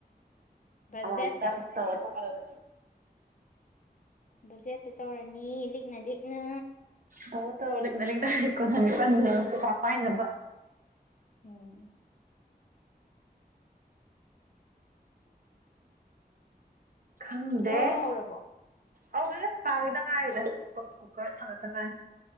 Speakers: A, on the left; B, on the right.
A: ꯕꯖ‌ꯦꯠꯇ
B: ꯑꯃꯃꯝꯇꯪ ꯇꯧꯔ ꯇꯣꯛꯀꯗꯕꯅꯦ
A: ꯕꯖꯦꯠꯇ ꯇꯧꯔꯅꯤ ꯂꯤꯛꯅ ꯂꯤꯛꯅ
B: ꯇꯧꯑꯣ ꯇꯧꯔꯣ ꯂꯤꯛꯅ ꯂꯤꯛꯅ ꯀꯣꯟꯍꯟꯒꯦ ꯀꯟꯅ ꯄꯩꯁꯥ ꯄꯥꯏꯅꯕ
A: ꯎꯝ
B: ꯈꯪꯗꯦ
A: ꯉꯧꯕ ꯍꯧꯔꯕꯣ
B: ꯑꯧꯉꯥ ꯐꯥꯒꯤꯗ ꯉꯥꯏꯔꯤꯗ ꯀꯨꯛ ꯀꯨꯀꯔ ꯊꯥꯡꯒꯠꯇ ꯉꯥꯏꯔꯤ